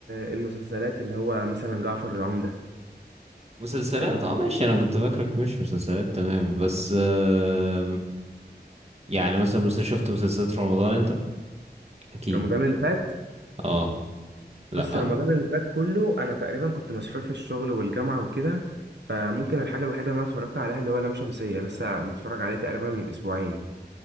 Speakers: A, on the right; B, on the right.
A: آه، المسلسلات اللي هو مثلا جعفر العمدة
B: مسلسلات
A: آه،
B: اه ماشي انا كنت فاكرك مش مسلسلات تمام بس آم، يعني مثلا مس- شفت مسلسلات في رمضان انت اكيد
A: رمضان اللي فات
B: اه لا
A: بص رمضان اللي فات كله انا تقريبا كنت مسحول في الشغل والجامعة وكده فممكن الحاجة الوحيدة اللي انا اتفرجت عليها اللي هو لام شمسية لسه متفرج عليه تقريبا من اسبوعين